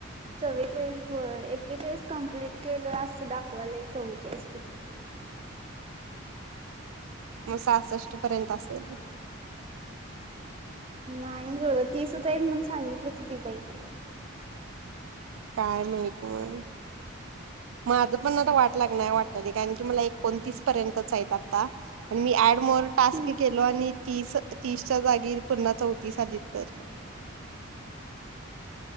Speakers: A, on the right; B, on the right.
A: चव्वेचाळीस होय. एकेचाळीस कमप्लीट केलं असं दाखवायल चव्वेचाळीसपैकी.
B: मग सहासष्ट पर्यंत असल
A: नाही गं तीसच आहेत म्हणून सांगितलं की त्या बाईन पण
B: काय माहित मग माझ पण आता वाट लागणार वाटते कारण की, मला एकोणतीस पर्यंतच आहेत आता पण मी ऍडमोअर टास्क
A: हम्म
B: केलो आणि तीस तीसच्या जागी पुन्हा चौतीस आली तर